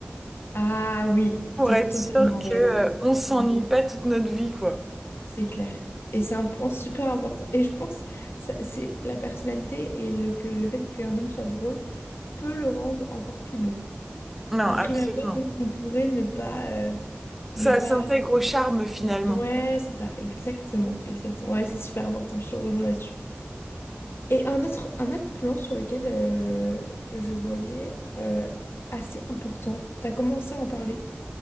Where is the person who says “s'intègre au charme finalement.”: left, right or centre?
Centre